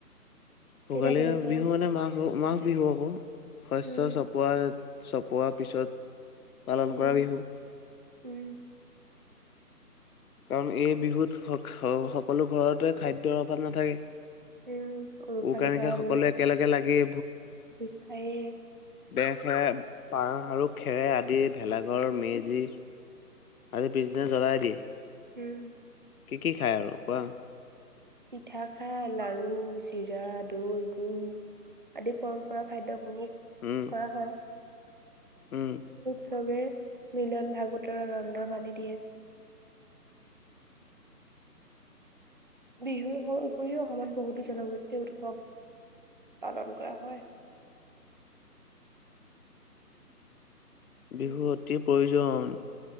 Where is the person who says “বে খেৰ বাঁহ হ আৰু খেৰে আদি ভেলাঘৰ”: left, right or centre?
Left